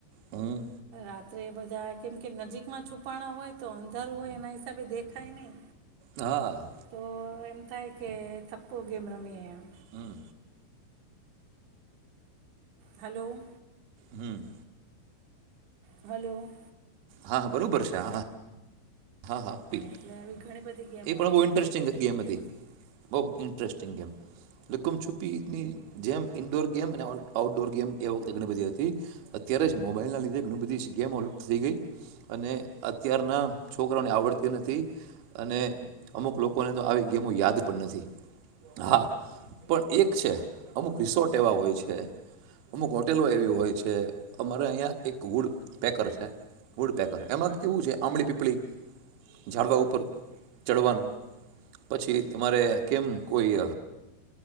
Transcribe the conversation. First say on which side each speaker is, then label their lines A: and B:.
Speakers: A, on the right; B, on the right.
A: હમ.
B: રાત્રે બધા કેમ કે નજીકમાં છુપાણા હોય તો અંધારું હોય એના હિસાબે દેખાય નહી.
A: હા
B: તો એમ થાય કે થપ્પો ગેમ રમીએ એમ.
A: હમ
B: હલો.
A: હમ.
B: હલોલો.
A: હા બરોબર છે હા. હા હા પી એ
B: એટલે આવી ઘણી બધી ગેમ હોય
A: પણ બહુ
B: છે.
A: ઇન્ટરેસ્ટિંગ ગેમ હતી બહુ ઇન્ટરેસ્ટિંગ ગેમ લુકુમ છુપ્પીની જેમ ઇન્ડોર ગેમ અને આઉટડોર ગેમ એ વખતે ઘણી બધી હતી અત્યારે જ મોબાઈલના લીધે ઘણી બધી ગેમ ઓવલપ્ધ થઈ ગઈ અને અત્યારના છોકરાને આવડતી નથી અને અમુક લોકોને તો આવી ગેમો યાદ પણ નથી. હા પણ એક છે. અમુક રિસોર્ટ એવા હોય છે અમુક હોટેલો એવી હોય છે. કે અમારે અહિયાં એક ગુડ. બેે કર છે. વુડ પેકર એમાં એવું છે આંમળી પીપળી. ઝાડવા ઉપર ચડવાનું. પછી તમારે કેમ. કોઈિયા.